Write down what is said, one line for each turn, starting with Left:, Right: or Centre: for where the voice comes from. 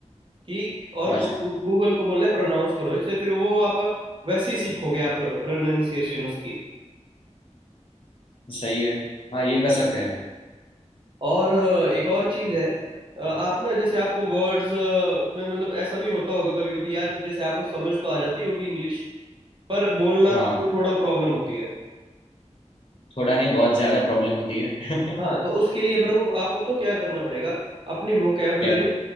Right: कि और
Left: अच्छा
Right: गूगल को बोलना है प्रोनाउंस करो इससे फिर वो आप वैसे ही सीखोगे आप प्रोनाउंसिएशन उसकी
Left: सही है हाँ ये कर सकते हैं
Right: और अ, एक और चीज़ है अ, आप ना जैसे आपको वर्ड्स में मतलब ऐसा भी होता होगा कभी कभी यार जैसे आपको समझ तो आ जाती होगी इंग्लिश पर बोलना
Left: हाँ
Right: तो थोड़ा प्रॉब्लम होती है
Left: थोड़ा नहीं बहुत ज़्यादा प्रॉब्लम होती है
Right: हाँ तो उसके लिए ब्रो आपको तो क्या करना पड़ेगा अपनी वोकेबलरी
Left: <laughs> क्या